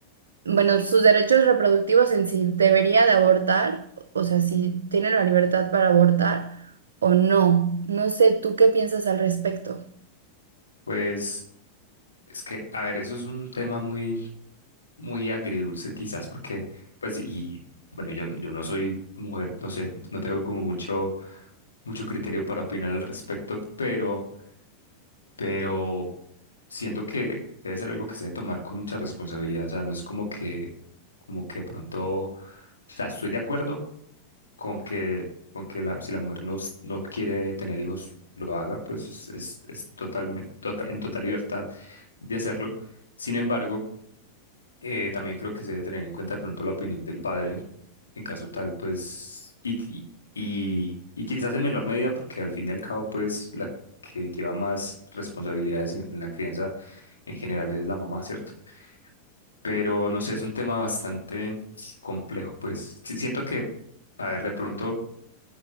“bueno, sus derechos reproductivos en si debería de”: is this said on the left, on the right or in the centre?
Right